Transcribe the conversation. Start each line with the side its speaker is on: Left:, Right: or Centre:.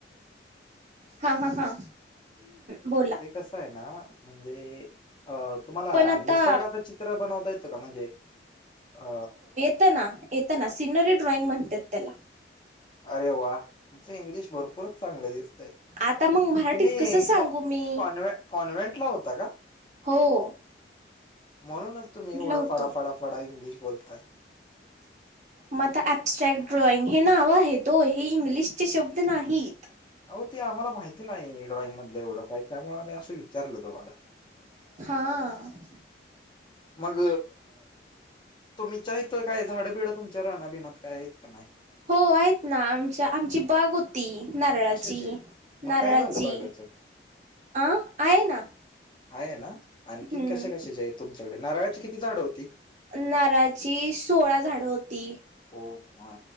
Right: हा ह हा बोला.
Left: ते कसं आहे ना म्हणजे, अ तुम्हाला
Right: पण आता
Left: निसर्गाचं चित्र बनवता येतं का म्हणजे अ
Right: य ना येेत ना सिनरी ड्रॉइंग म्हणतात त्याला.
Left: अरे वा! तुमचं इंग्लिश भरपूरच चांगलं दिसत.
Right: आता मग मराठीत
Left: तुम्ही
Right: कसं सांगू
Left: कॉन
Right: मी
Left: कॉन्व्हेंट ला होता का?
Right: हो. हो.
Left: म्हणून तुम्ही एवढं
Right: होतो
Left: फडा फडाफडा इंग्लिश बोलताय.
Right: मता अबस्ट्रॅक्ट ड्रॉइंग हे नाव आहे तो हे इंग्लिशचे शब्द नाहीत.
Left: हो ते आम्हाला माहिती नाही ड्रॉइंग मधलं एवढं काय त्यामुळे आम्ही असं विचारलं तुम्हाला?
Right: हा.
Left: मग तुम्च्या इथ काय झाडं बिडं तुमच्या राहना बिनात काय आहेत का नाही.
Right: हो आहेत ना आमच्या आमची बाग ती नारळाची
Left: कशाचे मग
Right: नारळाची
Left: काय झालं बागाचं
Right: अ आहे ना.
Left: हाय ना आणखीन
Right: हम्म
Left: कशा कशाचे आहे तुमच्याकडे नारळाची किती झाडं होती.
Right: नाराची सोळा झाडं होती.
Left: हो मा